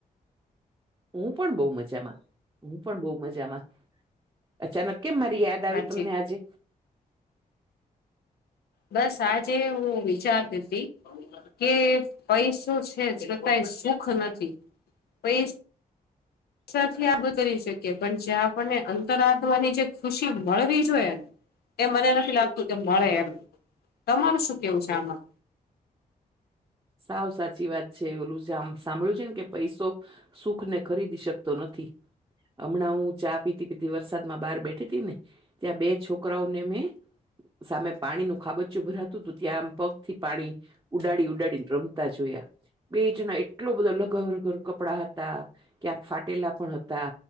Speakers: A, on the right; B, on the left.
A: હું પણ બહુ મજામાં હું પણ બહુ મજામાં અચાનક કેમ મારી યાદ
B: સાચી
A: આવી તમને આજે
B: બસ આજે હું વિચારતી હતી કે પૈસો છે છતાય સુખ નથી પૈસા પેસા થી આ બ કરી શકીએ પણ જે આપણને અંતર આદવાની જે ખુશી મળવી જોઈએ એ મને નથી લાગતું કે મળે એમ તમારું શું કેવું છે આમાં
A: સાવ સાચી વાત છે ઓલું છે આમ સાંભળ્યું છે ને કે પૈસો સુખ ને ખરીદી શકતો નથી હમણાં હું ચા પીતી પીતી વરસાદ માં બહાર બેઠી હતી ને ત્યા બે છોકરા ઓ ને મે સામે પાણીનું ખાબચું ભરાતું હતું ત્યાં આમ પગ થી પાણી ઉડાડી ઉડાડી રમતા જોયા બેજ ન એટલો બધો લઘરઘર કપડા હતા ક્યાંક ફાટેલા પણ હતા